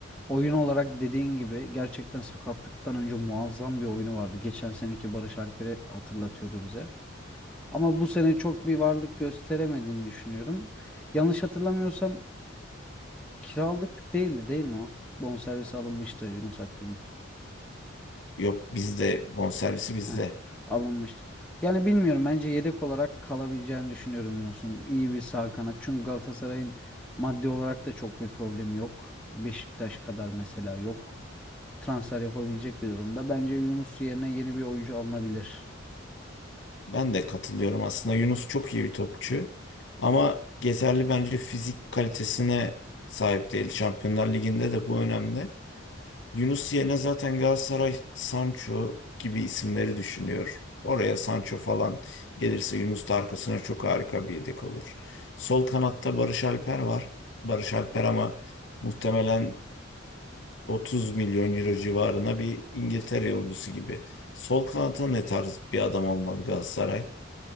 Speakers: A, in the centre; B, on the left.
A: Oyun olarak dediğin gibi gerçekten sakatlıktan önce muazzam bir oyunu vardı. Geçen seneki Barış Alper'i hatırlatıyordu bize. Ama bu sene çok bir varlık gösteremediğini düşünüyorum. Yanlış hatırlamıyorsam kiralık değildi değil mi o? Bonservisi alınmıştı Yunus Akgün'ün.
B: Yok bizde bonservisi bizde.
A: Heh, alınmıştı. Yani bilmiyorum bence yedek olarak kalabileceğini düşünüyorum Yunus'un. İyi bir sağ kanat. Çünkü Galatasaray'ın maddi olarak da çok bir problemi yok. Beşiktaş kadar mesela yok. Transfer yapabilecek bir durumda. Bence Yunus yerine yeni bir oyuncu alınabilir.
B: Ben de katılıyorum aslında. Yunus çok iyi bir topçu ama yeterli bence fizik kalitesine sahip değil. Şampiyonlar Ligi'nde de bu önemli. Yunus yerine zaten Galatasaray Sancho gibi isimleri düşünüyor. Oraya Sancho falan gelirse Yunus da arkasına çok harika bir yedek olur. Sol kanatta Barış Alper var. Barış Alper ama muhtemelen 30 milyon euro civarına bir İngiltere yolcusu gibi. Sol kanata ne tarz bir adam olmalı Galatasaray?